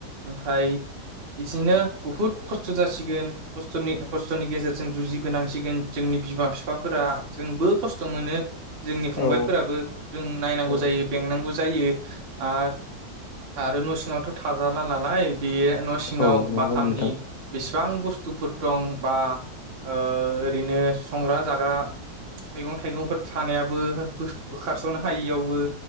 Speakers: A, on the right (about 40°); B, on the left (about 65°).
A: ओमफाय इदिनो बहुद खस्थ' जासिगोन खस्थ'नि खस्थ'नि गेजेरजों जुजिबोनांसिगोन जोंनि बिमा बिफाफोरा जोंबो खस्थ' मोनो। जोंनि फंबायफोराबो
B: औ
A: जों नायनांगौ
B: औ
A: जायो बेंनांगौ जा जायो आ आरो न' सिङावथ' थाजाला नालाय बेयो न' सिङाव
B: औ नंगौ
A: बाथामनि
B: नोंथां
A: बि बिबां बुस्थुफोर दं बा ओरैनो संग्रा जाग्रा मैगं थाइगंफोर सानायाबो बोखारस'नो हायियावबो।